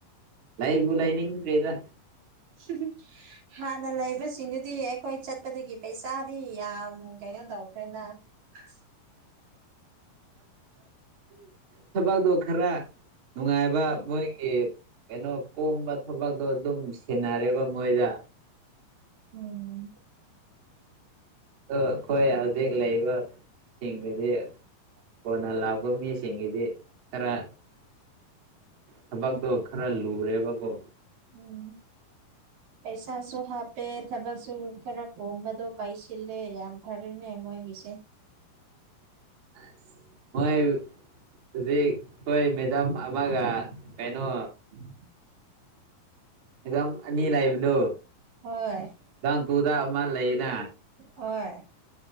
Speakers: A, on the right; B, on the right.
A: ꯂꯩꯕꯨ ꯂꯩꯅꯤꯡꯗ꯭ꯔꯦꯗ
B: <unintelligible> ꯍꯥꯟꯅ ꯂꯩꯕꯁꯤꯡꯗꯨꯗꯤ ꯑꯩꯈꯣꯏ ꯆꯠꯄꯗꯒꯤ ꯄꯩꯁꯥꯗꯤ ꯌꯥꯝ ꯀꯩꯅꯣ ꯇꯧꯈ꯭ꯔꯦꯅꯥ ꯑꯍꯁ
A: <inaudible> ꯊꯕꯛꯗꯣ ꯈꯔ ꯅꯨꯡꯉꯥꯏꯕ ꯃꯣꯏꯒꯤ ꯀꯩꯅꯣ ꯀꯣꯝꯕ ꯊꯕꯛꯇꯣ ꯑꯗꯨꯝ ꯁꯤꯟꯅꯔꯦꯕ ꯃꯣꯏꯗ
B: ꯎꯝ
A: ꯑꯣ ꯑꯩꯈꯣꯏ ꯍꯧꯖꯤꯛ ꯂꯩꯕ ꯁꯤꯡꯒꯤꯗꯤ ꯀꯣꯟꯅ ꯂꯥꯛꯄ ꯃꯤꯁꯤꯡꯒꯤꯗꯤ ꯈꯔ ꯊꯕꯛꯇꯣ ꯈꯔ ꯂꯨꯔꯦꯕꯀꯣ
B: ꯎꯝ ꯄꯩꯁꯥꯁꯨ ꯍꯥꯞꯄꯦ ꯊꯕꯛꯁꯨ ꯈꯔ ꯀꯣꯝꯕꯗꯣ ꯄꯥꯏꯁꯤꯜꯂꯦ ꯌꯥꯝ ꯐꯔꯦꯅꯦ ꯃꯣꯏꯒꯤꯁꯦ
A: ꯑꯁ ꯍꯣꯏ ꯍꯧꯖꯤꯛ ꯑꯩꯈꯣꯏ ꯃꯦꯗꯥꯝ ꯑꯃꯒ ꯀꯩꯅꯣ
B: ꯎꯝ
A: ꯐꯤꯂꯝ ꯑꯅꯤ ꯂꯥꯏꯕꯗꯣ
B: ꯍꯣꯏ
A: ꯇꯥꯡ ꯇꯨꯗ ꯑꯃ ꯂꯩꯅꯥ
B: ꯍꯣꯏ